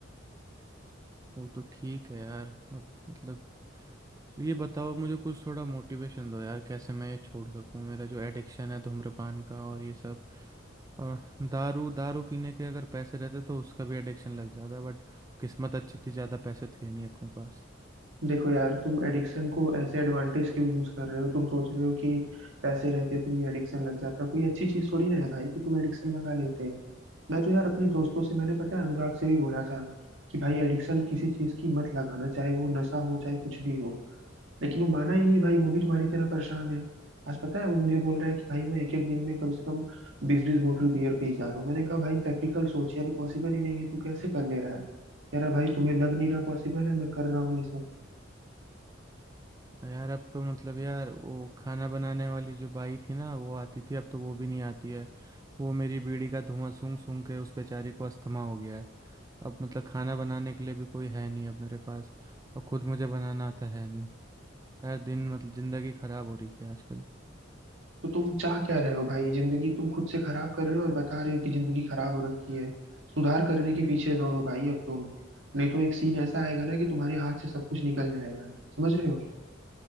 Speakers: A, on the right (about 20°); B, on the right (about 70°).
A: वो तो ठीक है यार अब मतलब तो ये बताओ मुझे कुछ थोड़ा मोटिवेशन दो यार कैसे मैं ये छोड़ सकूं मेरा जो एडिक्शन है धूम्रपान का और ये सब और दारू दारू पीने के अगर पैसे रहते तो उसका भी एडिक्शन लग जाता बट किस्मत अच्छी थी ज़्यादा पैसे थे नहीं अपने पास
B: देखो यार तुम एडिक्शन को एज एडवांटेज क्यों यूज कर रहे हो तुम सोच रहे हो कि पैसे रहते तो ये एडिक्शन लग जाता कोई अच्छी चीज थोड़ी ना है भाई कि तुम एडिक्शन लगा लेते मैं तो यार अपने दोस्तों से मैंने पता है अनुराग से भी बोला था कि भाई एडिक्शन किसी चीज की मत लगाना चाहे वो नशा हो चाहे कुछ भी हो लेकिन वो माना ही नहीं भाई वो भी तुम्हारी तरह परेशान है आज पता है वो मुझे बोल रहा है कि भाई मैं एक एक दिन में कम से कम बीस बीस बोतल बियर पी जा रहा हूँ मैंने कहा भाई प्रैक्टिकल सोच यार ये पॉसिबल ही नहीं है तू कैसे कर ले रहा है कह रहा है भाई तुम्हें लग नहीं रहा पॉसिबल है मैं कर रहा हूँ ये सब
A: यार अब तो मतलब यार वो खाना बनाने वाली जो बाई थी ना वो आती थी अब तो वो भी नहीं आती है वो मेरी बीड़ी का धुआं सूंघ सूंघ के उस बेचारी को अस्थमा हो गया है अब मतलब खाना बनाने के लिए भी कोई है नहीं अब मेरे पास और खुद मुझे बनाना आता है नहीं यार दिन मतलब ज़िंदगी ख़राब हो रही है आजकल
B: तो तुम चाह क्या रहे हो भाई जिंदगी तुम खुद से खराब कर रहे हो और बता रहे हो कि जिंदगी खराब हो रखी है सुधार करने के पीछे दौड़ो भाई अब तुम नहीं तो एक सीन ऐसा आएगा ना कि तुम्हारे हाथ से सब कुछ निकल जाएगा समझ रहे हो